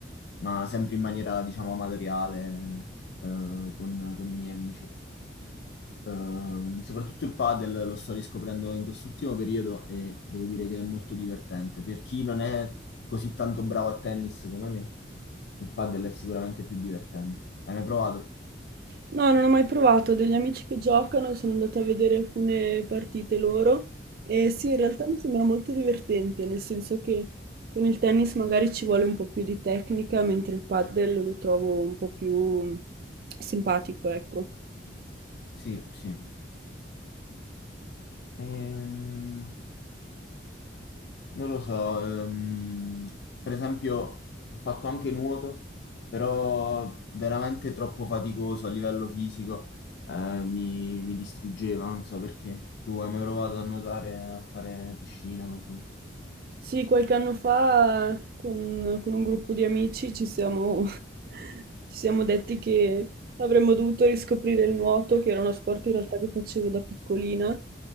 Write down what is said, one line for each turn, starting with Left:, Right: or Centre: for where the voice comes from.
Left: ma sempre in maniera, diciamo, amatoriale, eh, con con i miei amici. Ehm, soprattutto il padel lo sto riscoprendo in quest'ultimo periodo e devo dire che è molto divertente. Per chi non è così tanto bravo a tennis come me, il padel è sicuramente più divertente. Hai mai provato?
Right: No, non ho mai provato, ho degli amici che giocano, sono andata a vedere alcune partite loro e sì, in realtà mi sembra molto divertente, nel senso che con il tennis magari ci vuole un po' più di tecnica, mentre il padel lo trovo un po' più simpatico, ecco.
Left: Sì, sì. Ehm, Non lo so, ehm, per esempio ho fatto anche nuoto, però veramente troppo faticoso a livello fisico, eh, mi, mi distruggeva, non so perché. Tu hai mai provato a nuotare, a fare piscina così?
Right: Sì, qualche anno fa con, con un gruppo di amici ci siamo, <laughs> ci siamo detti che avremmo dovuto riscoprire il nuoto, che era uno sport in realtà che facevo da piccolina